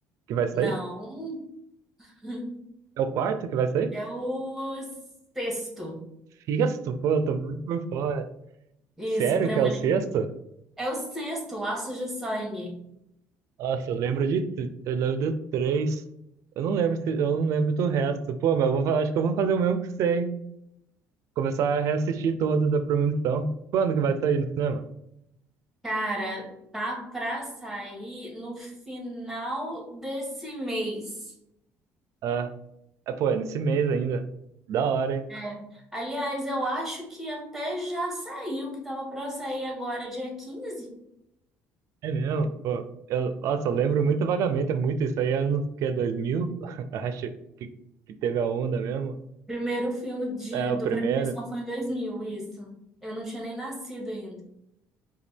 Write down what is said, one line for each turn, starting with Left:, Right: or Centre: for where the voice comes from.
Right: que vai sair?
Centre: Não, <laughs>
Right: É o quarto que vai sair?
Centre: é o sexto.
Right: Sexto, pô, eu tô muito por fora.
Centre: Isso,
Right: Sério
Centre: Premonição.
Right: que é o sexto?
Centre: É o sexto, Laços de Sangue.
Right: Nossa, eu lembro de, tr- eu lembro de três. Eu não lembro se, eu não lembro do resto. Pô, mas eu vou, fa- acho que eu vou fazer o mesmo que você, hein? Começar a reassistir todos da Premonição. Quando que vai sair no cinema?
Centre: Cara, tá pra sair no final desse mês.
Right: Ah, é, pô, é nesse mês ainda. Da hora, hein?
Centre: É. Aliás, eu acho que até já saiu, que tava pra sair agora, dia 15.
Right: É mesmo, pô. Eu, nossa, eu lembro muito vagamente, é muito isso aí, é anos que é 2000 <laughs> acho que, que teve a onda mesmo.
Centre: Primeiro filme de,
Right: É, o
Centre: do
Right: primeiro.
Centre: Premonição foi em 2000 isso. Eu não tinha nem nascido ainda.